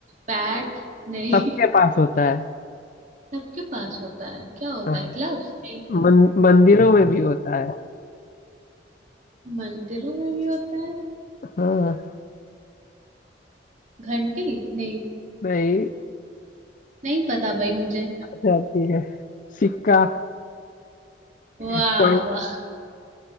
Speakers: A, on the right; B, on the left.
A: बैट नहीं
B: सबके पास होता है
A: <laughs> सबके पास होता है क्या होता
B: हाँ।
A: है ग्लव्स नहीं
B: मन, मंदिरों में भी होता है
A: मंदिरों में भी होता है
B: हाँ
A: घंटी नहीं
B: नहीं
A: नहीं पता भाई मुझे
B: अच्छा ठीक है सिक्का
A: वाह
B: कॉइन
A: वाह